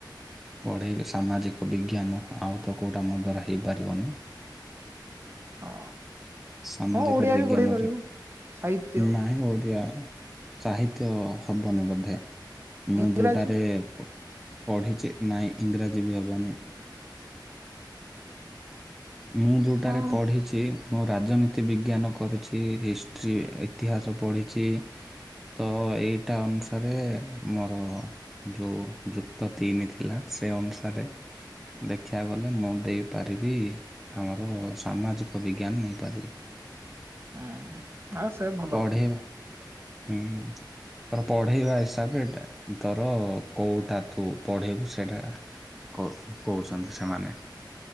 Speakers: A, in the centre; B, on the right.
A: ପଢ଼େଇବେ ସାମାଜିକ ବିଜ୍ଞାନ ଆଉ ତ କୋଉଟା ମୋ ଦ୍ଵାରା ହେଇପାରିବନି।
B: ହଁ।
A: ସାମାଜିକ
B: ହଁ ଓଡିଆ
A: ବିଜ୍ଞାନରେ
B: ବି ପଢେଇ ପାରିବୁ ସାହିତ୍ୟ
A: ନାହିଁ ଓଡିଆ। ସାହିତ୍ୟ ହବନି ବୋଧେ ମୁଁ
B: ଇଂରାଜୀ
A: ଯେଉଟାରେ ପ ପଢ଼ିଚେ। ନାଇଁ ଇଂରାଜୀ ବି ହବନି। ମୁଁ ଯୋଉଟାରେ
B: ହଁ
A: ପଢ଼ିଛି। ମୁଁ ରାଜନୀତି ବିଜ୍ଞାନ କରିଛି ହିଷ୍ଟ୍ରି ଇତିହାସ ପଢ଼ିଛି। ତ ଏଇଟା ଅନୁସାରେ ମୋର। ଯୋଉ ଯୁକ୍ତ ତିନି ଥିଲା ସେ ଅନୁସାରେ। ଦେଖିବା ଗଲେ ମୁଁ ଦେଇପାରିବି ଆମର ସାମାଜିକ ବିଜ୍ଞାନ ନେଇପାରିବି।
B: ହୁଁ ଆଉ ସେ ଭଲ।
A: ପଢେଇବା ହୁଁ ରପୋ <inaudible> ପଢେଇବା ହିସାବରେ ଏଇଟା ତୋର କୋଉଟା ତୁ ପଢେଇବୁ ସେଇଟା କଉ କହୁଛନ୍ତି ସେମାନେ।